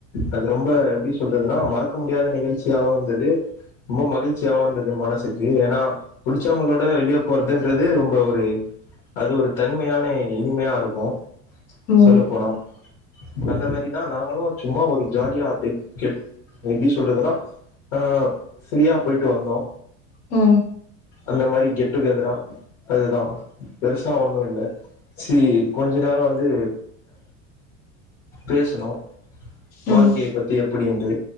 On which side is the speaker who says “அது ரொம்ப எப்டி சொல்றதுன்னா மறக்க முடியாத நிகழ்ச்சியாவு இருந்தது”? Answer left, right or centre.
Left